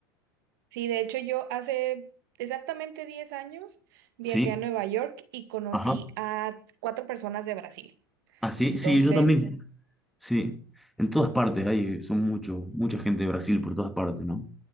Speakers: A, on the right; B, in the centre.
A: Sí, de hecho yo hace exactamente 10 años viajé
B: ¿Sí?
A: a Nueva York y conocí
B: Ajá.
A: a cuatro personas de Brasil.
B: Ah, sí,
A: Entonces,
B: sí, yo también. Sí. En todas partes hay, son mucho, mucha gente de Brasil por todas partes, ¿no?